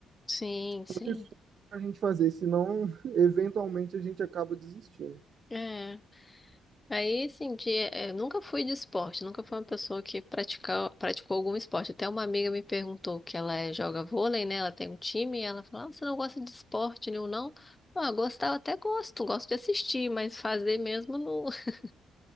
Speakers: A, on the left (about 20°); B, on the right (about 60°).
A: sim, sim.
B: tanto esforço para a gente fazer, senão <laughs> eventualmente a gente acaba desistindo.
A: É. Aí, assim, de, eh, nunca fui de esporte, nunca fui uma pessoa que praticou, praticou algum esporte. Até uma amiga me perguntou que ela é- joga vôlei, né? Ela tem um time, e ela falou, ah, você não gosta de esporte nenhum, não? Ah, gostar eu até gosto, gosto de assistir, mas fazer mesmo não, <laughs>